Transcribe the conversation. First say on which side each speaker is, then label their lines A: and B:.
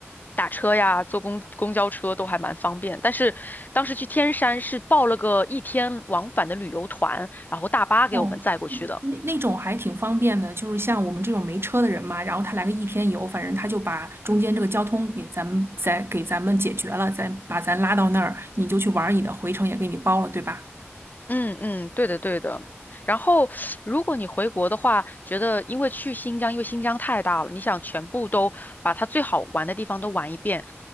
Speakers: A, on the left; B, on the right.
A: 打车呀，坐公公交车都还蛮方便。但是当时去天山是报了个一天往返的旅游团，然后大巴给我们载过去的。
B: 哦，嗯那那种还挺方便的，就是像我们这种没车的人嘛，然后他来个一天游，反正他就把中间这个交通给咱们再给咱们解决了，再把咱拉到那儿，你就去玩儿你的，回程也给你包了，对吧？
A: 嗯嗯，对的对的。然后，如果你回国的话，觉得因为去新疆，因为新疆太大了，你想全部都把它最好玩的地方都玩一遍，